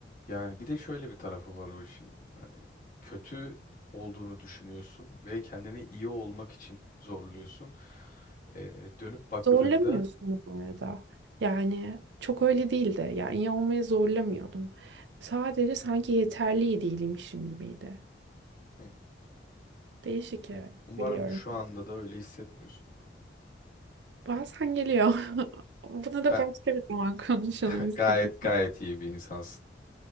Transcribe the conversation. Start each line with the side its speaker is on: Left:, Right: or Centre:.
Left: Yani bir de şöyle bir tarafı var o işin. Hani kötü olduğunu düşünüyorsun ve kendini iyi olmak için zorluyorsun. Ee, dönüp baktığında
Right: Zorlamıyorsun bu arada. Yani çok öyle değildi. Yani iyi olmaya zorlamıyordum. Sadece sanki yeterli değilmişim gibiydi.
Left: Hı.
Right: Değişik evet
Left: umarım
Right: biliyorum.
Left: şu anda da öyle hissetmiyorsundur ama.
Right: Bazen geliyor. <laughs> Buna da
Left: Ben
Right: başka bir zaman konuşalım
Left: <laughs>
Right: istedim.
Left: gayet gayet iyi bir insansın.